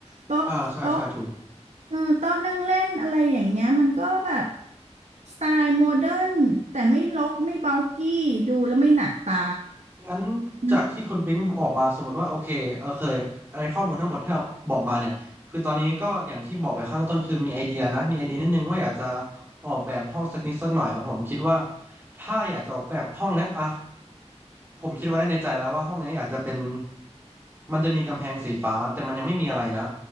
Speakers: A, on the right; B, on the right.
A: โต๊ะโต๊ะ
B: อ่าใช่ใช่ถูก
A: เออโต๊ะนั่งเล่นอะไรอย่างเงี้ยมันก็แบบสไตล์โมเดิร์นแต่ไม่รกไม่เบากี้ดูแล้วไม่หนักตา
B: งั้น
A: อ
B: จากที่คุณปิ๊งออกมาสมมติว่าโอเคเออเคยไอข้อมูลทั้งหมดที่เราบอกมาเนี่ยคือตอนนี้ก็อย่างที่บอกไปข้างต้นคือมีไอเดียนะมีไอเดียนิดนึงว่าอยากจะออกแบบห้องสักนิดสักหน่อยแล้วผมคิดว่าถ้าอยากจะออกแบบห้องเนี้ยอ่ะผมคิดไว้ในใจแล้วว่าห้องเนี้ยอยากจะเป็นมันจะมีกำแพงสีฟ้าแต่มันยังไม่มีอะไรนะ